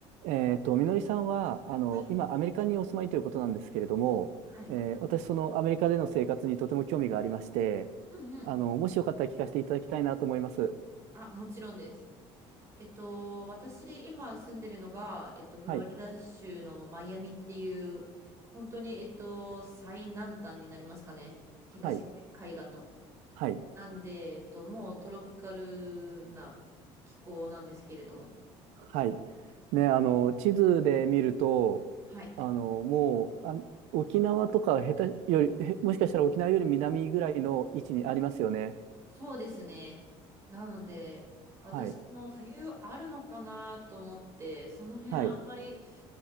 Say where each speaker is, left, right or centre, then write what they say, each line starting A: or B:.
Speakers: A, on the right; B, on the right.
A: えっと、みのりさんは、あの、
B: はい。
A: 今、アメリカにお住まいということなんですけれども、
B: はい。
A: えー私、そのアメリカでの生活にとても興味がありまして、
B: うんうん。
A: あの、もしよかったら聞かせていただきたいなと思います。
B: あ、もちろんです。えっと、私、今住んでるのが、えっと、フロリダ州のマイアミっていう、
A: はい、
B: 本当に、えっと、最南端になりますかね。東海岸の。
A: はい、はい、
B: なんで、えっと、もうトロピカルな気候なんですけれども。
A: はい。ね、
B: はい。
A: あの、地図で見ると、
B: はい
A: あの、もう、あ、沖縄とか下手より、へもしかしたら沖縄より南ぐらいの位置にありますよね。
B: そうですね。なので、
A: はい、
B: 私も冬あるのかなと思って、その辺あんまり
A: はい、